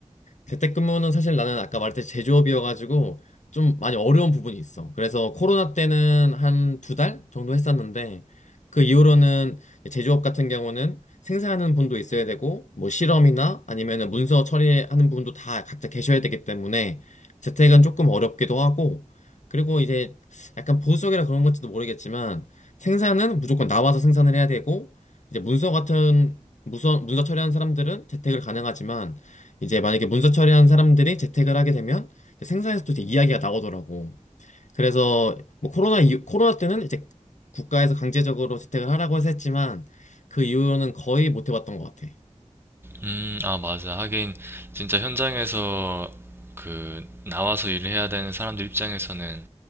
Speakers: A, on the left; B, on the right.
A: 재택근무는 사실 나는 아까 말했듯이 제조업이어가지고 좀 많이 어려운 부분이 있어. 그래서 코로나 때는 한 두 달 정도 했었는데 그 이후로는 제조업 같은 경우는 생산하는 분도 있어야 되고 뭐 실험이나 아니면은 문서 처리하는 분도 다 각자 계셔야 되기 때문에 재택은 조금 어렵기도 하고 그리고 이제 약간 보수적이라 그런 건지도 모르겠지만 생산은 무조건 나와서 생산을 해야 되고 이제 문서 같은 문서, 문서 처리하는 사람들은 재택을 가능하지만 이제 만약에 문서 처리한 사람들이 재택을 하게 되면 이제 생산에서도 이제 이야기가 나오더라고. 그래서 뭐 코로나 이후- 코로나 때는 이제 국가에서 강제적으로 재택을 하라고 해서 했지만 그 이후로는 거의 못 해봤던 것 같아.
B: 음, 아, 맞아. 하긴, 진짜 현장에서 그, 나와서 일을 해야 되는 사람들 입장에서는